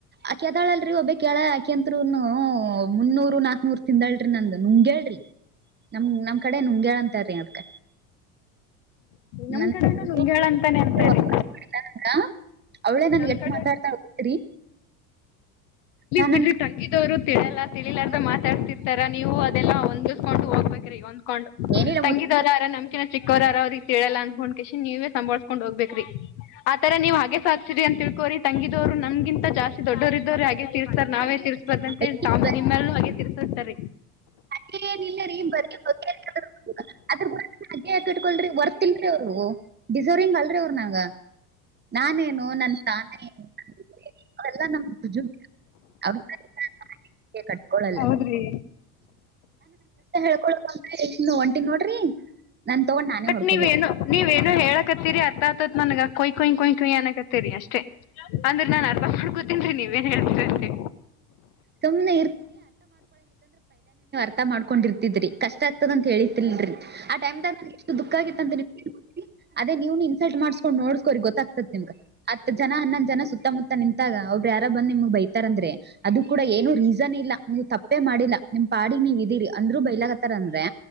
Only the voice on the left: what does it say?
ನಮ್
ಕಡೆನು ನುಂಗ್ಯಾಳ ಅಂತಾನೆ ಅಂತಾರಿ
ನಮ್
ಕಡೆ
ಬಿಡ್ರಿ ತಂಗಿದವರು ತಿಳಲ್ಲ ತಿಳಿಲಾರಂತ ಮಾತಾಡ್ತಿರ್ತಾರ ನೀವು ಅದೆಲ್ಲಾ ಒಂದು ಕೊಂಡು ಹೋಗ್ಬೇಕ್ರೀ ಹೊಂದ್ಕೊಂಡು
ತಂಗಿದಾರ
ಯಾರ ನಮಕಿನ ಚಿಕ್ಕೋರ ಅವ್ರಿಗೆಗ್ ತಿಳಲ್ಲ ಅನ್ಕೊಂಡ್ ಕೇಶಿನ್ ನೀವೇ ಸಂಬಾಳಳ್ಸ್ಕೊಂಡ ಹೋಗ್ಬೇಕರಿ ಆತರ ನೀವ್ ಹಗೆ ಸಾಧ್ಯಸೀರಿ ಅಂತ ತಿಳ್ಕೋರಿ ತಂಗಿದವ್ರು ನನ್ಗಿಂತ ಜಾಸ್ತಿ ದೊಡ್ಡೋರ ಇದೋರು ತಿರ್ಸರ್ ನಾವೇ ತಿರ್ಸ್ಬಾರ್ದ
ಅಂತೇಳಿ ತಾ ನಿಮ್ಮೂ ಹಾಗೇ ತಿರ್ಸ ಸರ್
ಹೌದ್ರಿ
ಬಟ್
ನೀವೇನು ನೀವೇನು ಹೇಳ ಕತ್ತೀರಿ ಅರ್ಥ ಆತತ್ ನನಗ ಕೊಯ್ ಕೊಯ್ ಕೊಯ್ ಕೊಯ್ ಅನ ಕತ್ತತಿರಿ ಅಷ್ಟೇ ಅಂದ್ರೆ ನಾನ್ ಅರ್ಬ ಮಾಡ ಗೊತನ್ ನೀವ ಏನ್ ಹೇಳ್ತೀರ ಅಷ್ಟೆ